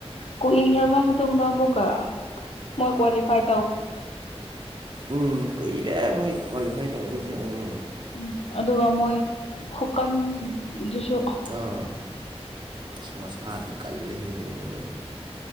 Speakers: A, on the left; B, on the right.
A: ꯀꯨꯏꯈ꯭ꯔꯕ ꯃꯇꯨꯡꯗ ꯑꯃꯕꯛꯀ ꯃꯣꯏ ꯀ꯭ꯂꯤꯐꯥꯏ
B: ꯎꯝ ꯀꯨꯏꯔꯦ ꯃꯣꯏ ꯀ꯭ꯋꯥꯂꯤꯐꯥꯏ ꯇꯧꯔꯛꯏꯁꯦ ꯎꯝ
A: ꯎꯝ ꯑꯗꯨꯒ ꯃꯣꯏ ꯍꯨꯀꯟꯗꯨꯁꯨ
B: ꯑꯥ ꯑꯁ ꯃꯁꯥꯗꯤ ꯀꯜꯂꯦꯍꯦ ꯂꯣꯏꯅ ꯑꯣꯏꯣꯏ